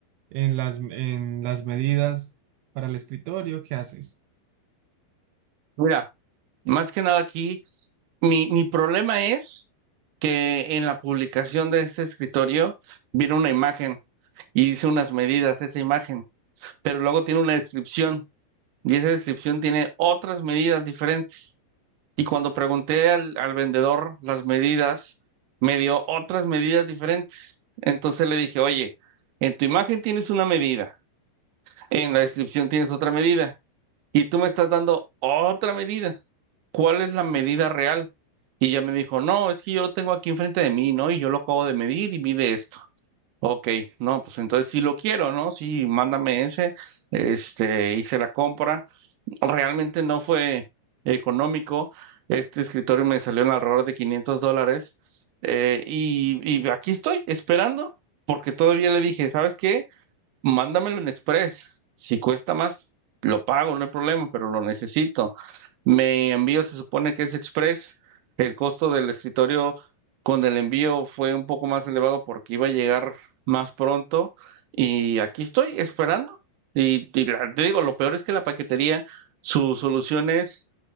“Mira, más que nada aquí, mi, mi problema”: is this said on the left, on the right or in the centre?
Right